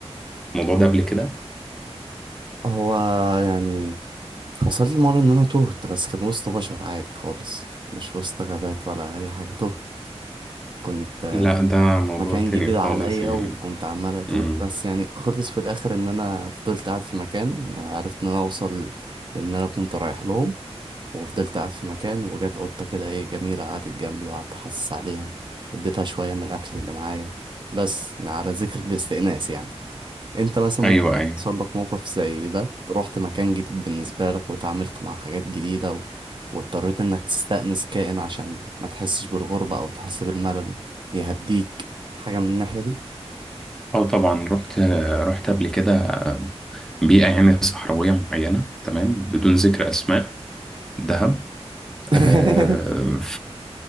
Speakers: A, in the centre; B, on the right.
A: الموضوع ده قبل كده؟
B: هو يعني حصل لي مرة ان انا تهت بس كان وسط بشر عادي خالص مش وسط غابات ولا اي حاجة تهت كنت
A: لا ده موضوع
B: مكان
A: تاني
B: جديد عليا
A: خالص يعني
B: وكنت عمال اتوه
A: مم.
B: بس يعني خلص في الاخر ان انا فضلت قاعد في مكان يعني عرفت ان انا اوصل لان انا كنت رايح لهم وفضلت قاعد في مكان وجت قطة كده ايه جميلة قعدت جنبي وقعدت احسس عليها اديتها شوية من الاكل اللي معايا بس يعني على ذكر الاستئناس يعني انت مثلا
A: ايوه
B: ممكن
A: ايوه
B: يحصل لك موقف زي ده رحت مكان جديد بالنسبة لك وتعاملت مع حاجات جديدة و... واضطريت انك تستأنس كائن عشان ما تحسش بالغربة او تحس بالملل يهديك حاجة من الناحية دي
A: اه طبعا رحت رحت قبل كده بيئة يعني صحراوية معينة تمام بدون ذكر اسماء دهب
B: <laughs>
A: آه